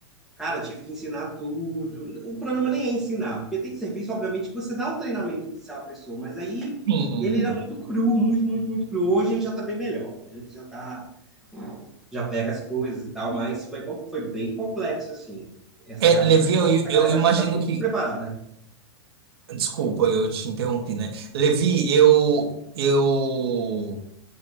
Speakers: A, in the centre; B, on the right.
A: Cara, tive que ensinar tudo. O problema nem é ensinar, porque tem serviço, obviamente, que você dá um treinamento inicial à pessoa, mas aí
B: Sim.
A: ele era muito cru, muito, muito, muito cru. Hoje ele já tá bem melhor. Hoje ele já tá, já pega as coisas e tal, mas foi, co- foi bem complexo, assim. Essa
B: É,
A: galera,
B: Levi, eu,
A: essa galera
B: eu imagino
A: chega muito
B: que.
A: despreparada.
B: Desculpa, eu te interrompi, né? Levi, eu, eu